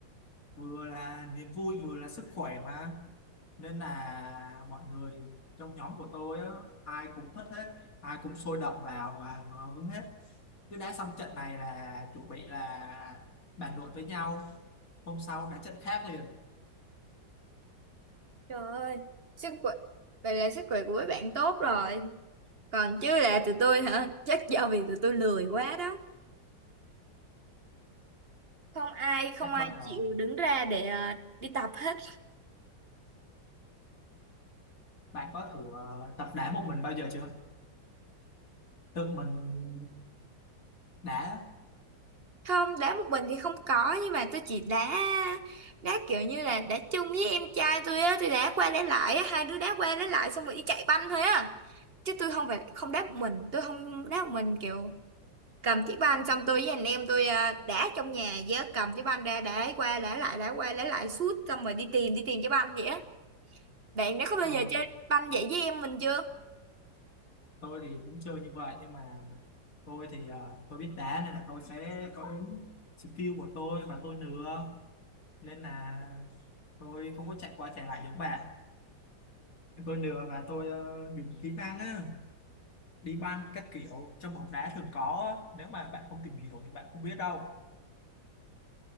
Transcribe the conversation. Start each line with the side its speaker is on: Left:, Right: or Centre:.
Left: vừa là niềm vui vừa là sức khỏe mà nên là mọi người trong nhóm của tôi á, ai cũng thích hết ai cũng sôi động vào và ờ, hứng hết cứ đá xong trận này là chuẩn bị là bàn luận với nhau hôm sau đá trận khác liền
Right: Trời ơi, sức khỏe vậy là sức khỏe của mấy bạn tốt rồi. Còn chứ là tụi tôi hả? Chắc do vì tụi tôi lười quá đó. Không ai không
Left: Chắc
Right: ai
Left: vậy rồi.
Right: chịu đứng ra để ờ, đi tập hết.
Left: Bạn có thử ờ, tập đá một mình bao giờ chưa? Tự mình đá.
Right: Không, đá một mình thì không có nhưng mà tôi chỉ đá đá kiểu như là đá chung với em trai tôi á, tôi đá qua đá lại á, hai đứa đá qua đá lại xong rồi đi chạy banh thôi á. Chứ tôi không phải không đá một mình, tôi không đá một mình kiểu cầm chiếc banh xong tôi với anh em tôi à, đá trong nhà với cầm chiếc banh ra đá qua đá lại đá qua đá lại suốt xong rồi đi tìm đi tìm chiếc banh vậy á bạn đã có bao
Left: Ờ,
Right: giờ chơi banh vậy với em mình chưa
Left: tôi thì cũng chơi như vậy nhưng mà tôi thì ờ, tôi biết đá nên là tôi sẽ có những skill của tôi và tôi nừa nên là tôi không có chạy qua chạy lại giống bạn. Tôi nừa và tôi ờ, dùng kỹ năng á, đi banh các kiểu trong bóng đá thường có á. Nếu mà bạn không tìm hiểu thì bạn không biết đâu.